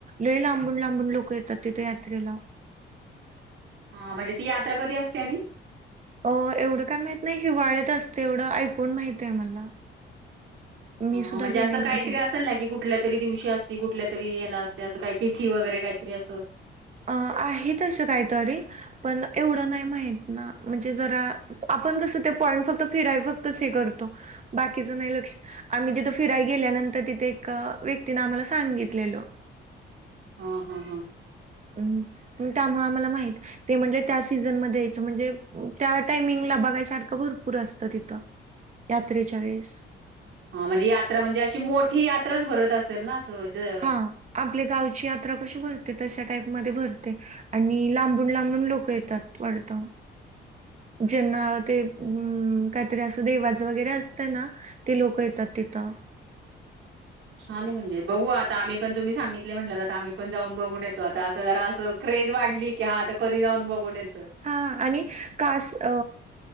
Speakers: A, on the right; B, on the right.
A: लई लांबून लांबून लोक येतात तिथे यात्रेला
B: हा म्हणजे ती यात्रा कधी असते आणि
A: अ एवढं काय माहित नाही हिवाळ्यात असते एवढं ऐकून माहित आहे मला मी
B: ह
A: सुद्धा
B: ह म्हणजे
A: गेले
B: असं
A: नाही
B: काहीतरी
A: कधी
B: असेल ना की कुठल्या तरी दिवशी असतील कुठल्या तरी ह्याला अस तें काही तिथी वगैरे काहीतरी असं
A: अ आहेतसं काहीतरी पण एवढं नाही माहित ना म्हणजे जरा आपण कसं ते पॉइंट फक्त फिराय फक्तच हे करतो बाकीचं नाही लक्ष आम्ही तिथं फिराय गेल्यानंतर तिथे एक व्यक्तीने आम्हाला सांगितलेल
B: हा हा हा
A: पण त्यामुळे आम्हाला माहित ते म्हणजे त्या सीझनमध्येध्ये यायचं म्हणजे त्या टाइमिंगला बघायसारखं भरपूर असतं तिथं यात्रेच्या वेळेस
B: हा म्हणजे यात्रा म्हणजे अशी मोठी यात्राच भरत असेल ना असं ज
A: हा आपल्या गावची आता क भरते तश टाईप म भरते आणि लांबून लांबून लोक येतात वाढत ज्यांना ते हम्म काहीतरी अस देवाच वगैरे असतं ना ते लोक येतात तिथं
B: ान आहे म्हणजे बघू आता आम्ही पण तुम्ही सांगितले म्हणले आता आम्ही पण जाऊन बघून येतो आता आता जरा असं क्रेज वाढली की हा आता कधी जाऊन बघून येत
A: हा आणि कास अ